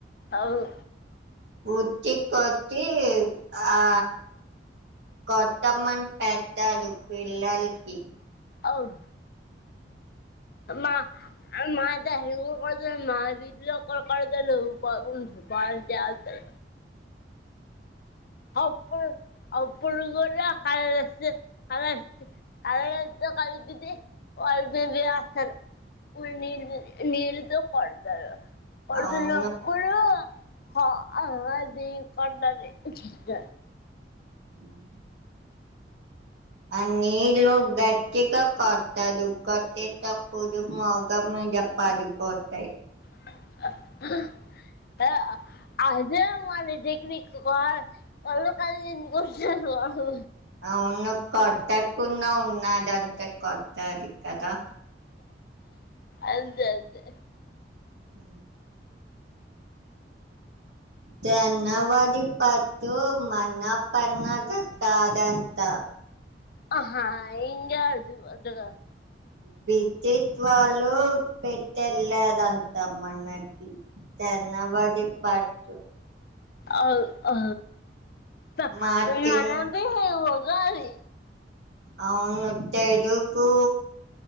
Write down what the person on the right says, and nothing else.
ఉచ్చి కొట్టి ఆ కొత్తమన్ పెట్టరు పిల్లల్కి
<inaudible>
అవును
ఆ <inaudible> అ నీళ్లు గట్టిగ కొట్టారు కొట్టె టప్పుడు మోగం మ్ జప్పది పోతాయ్
అవును కొట్టకుండా ఉన్నదంతే కొట్టది కదా
ఉ తెనవాది ప టు మన పన్నగ కాదంత
బితిత్వాలు పెట్టళ్లేదంత మనకి తనా బధక్ పట్
మా చిన్న
అవును తెలుగు